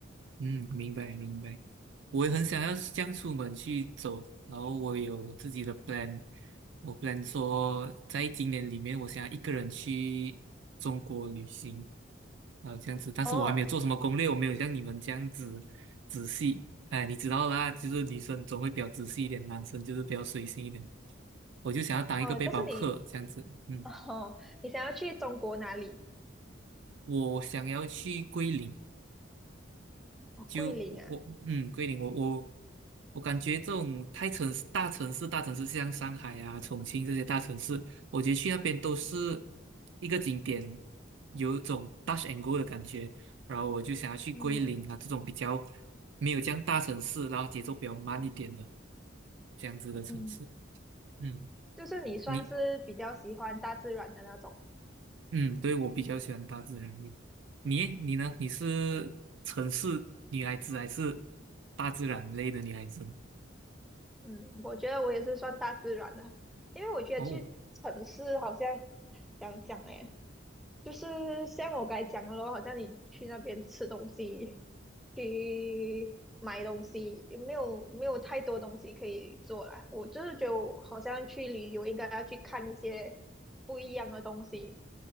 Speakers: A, on the right (about 70°); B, in the centre.
A: 嗯，明白明白。我也很想要这样出门去走，然后我有自己的 plan，我 plan 说在今年里面，我想要一个人去中国旅行啊，这样子。但是我还没有做什么攻略，
B: 哦
A: 我没有像你们这样子仔细。哎，你知道啦，就是女生总会比较仔细一点，男生就是比较随性一点。我就想要当一个背包客这样子，
B: 哦，但是你
A: 嗯，
B: 哦，你想要去中国哪里？
A: 我想要去桂林。
B: 哦，
A: 就我我嗯，
B: 桂林啊，
A: 桂林，我我我感觉这种太城市大城市大城市，像上海啊、重庆这些大城市，我觉得去那边都是一个景点，有一种 touch and go 的感觉。然后我就想要去桂林啊这种比较
B: 嗯
A: 没有这样大城市，然后节奏比较慢一点的这样子的城市。
B: 嗯，
A: 嗯，
B: 就是你算是比较喜欢大自然的那种，
A: 你嗯，对我比较喜欢大自然一点你你呢？你是城市女孩子还是大自然类的女孩子呢？
B: 嗯，我觉得我也是算大自然的，因为我觉得去城市好像
A: 哦。
B: 讲讲诶，就是像我刚才讲的咯，好像你去那边吃东西，去买东西，也没有没有太多东西可以做啦。我就是觉得我好像去旅游应该要去看一些不一样的东西。